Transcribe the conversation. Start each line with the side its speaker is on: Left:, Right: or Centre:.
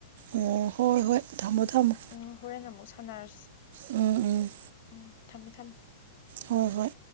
Right: ꯑꯣ ꯍꯣꯏ ꯍꯣꯏ ꯊꯝꯃꯣ ꯊꯝꯃꯣ
Left: ꯎꯝ ꯍꯣꯔꯦꯟ ꯑꯃꯨꯛ ꯁꯥꯟꯅꯔꯁꯤ
Right: ꯎꯝ ꯎꯝ
Left: ꯎꯝ ꯊꯝꯃꯦ ꯊꯝꯃꯦ
Right: ꯍꯣꯏ ꯍꯣꯏ